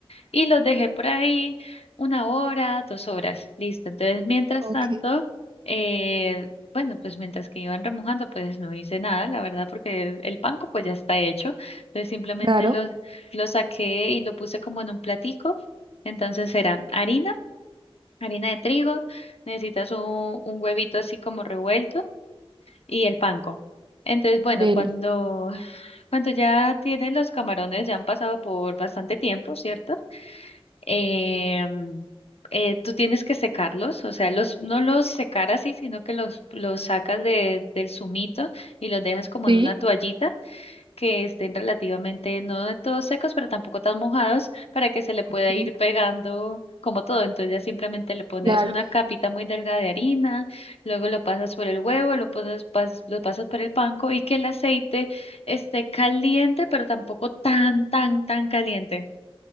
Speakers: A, on the left (about 90°); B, on the right (about 55°).
A: Y los dejé por ahí una hora, dos horas, listo. Entonces, mientras
B: ok,
A: tanto, eh, bueno, pues mientras que iban remojando, pues no hice nada, la verdad, porque el, el panko pues ya está hecho. Entonces, simplemente
B: claro,
A: lo, lo saqué y lo puse como en un platico. Entonces, era harina, harina de trigo, necesitas un, un huevito así como revuelto y el panko. Entonces, bueno,
B: deli,
A: cuando, cuando ya tienen los camarones, ya han pasado por bastante tiempo, ¿cierto? Em, eh, tú tienes que secarlos, o sea, los, no los secar así, sino que los, los sacas de, del zumito y los dejas como
B: sí,
A: en una toallita que estén relativamente, no de todos secos, pero tampoco tan mojados, para que se le pueda
B: ok,
A: ir pegando como todo. Entonces ya simplemente le pones
B: claro,
A: una capita muy delgada de harina, luego lo pasas por el huevo, lo pasas, pas- lo pasas por el panco y que el aceite esté caliente, pero tampoco tan, tan, tan caliente.